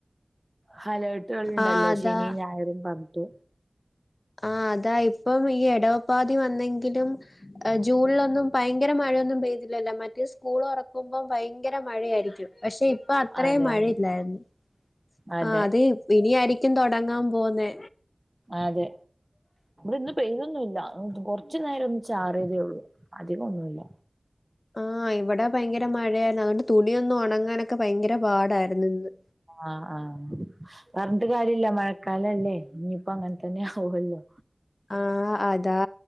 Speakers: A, on the right (about 25°); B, on the left (about 55°).
A: ഹലേർട്ടുകളുണ്ടല്ലോ
B: ആഹ് അതാ
A: ശനി ഞായരും പറഞ്ഞിട്ട്
B: ആഹ് അതാ ഇപ്പം ഈ ഇടവപ്പാതി വന്നെങ്കിലും ജൂണിലൊന്നും ഭയങ്കര മഴയൊന്നും പെയ്തില്ലല്ലോ മറ്റേ സ്കൂൾ തു റക്കുമ്പോം ഭയങ്കര മഴയായിരിക്കും പക്ഷെ ഇപ്പൊ അത്രയും
A: അതെ
B: മഴയില്ലായിരുന്നു
A: അതെ അതെ
B: ആ അത് ഇനി ആയിരിക്കും തുട ങ്ങാൻ പോവുന്നെ
A: അതെ ഇന്ന് പെയ്തൊന്നും ഇല്ല കൊറച്ചു നേരം ഒന്ന് ചാറിയതേ ഉള്ളൂ അധികൊന്നുമില്ല
B: ആഹ് ഇവിടെ ഭയങ്കര മഴയായിരുന്നു അതുകൊണ്ട് തുണിയൊന്നും ഉണങ്ങാനൊക്കെ ഭയങ്കര പാടായിരുന്നു ഇന്ന്
A: ആഹ് ആഹ് പറഞ്ഞിട്ട് കാര്യല്ല മഴക്കാലല്ലേ ഇനിയിപ്പോ അങ്ങനെ തന്നെ ആവല്ലോ
B: ആഹ് അതാ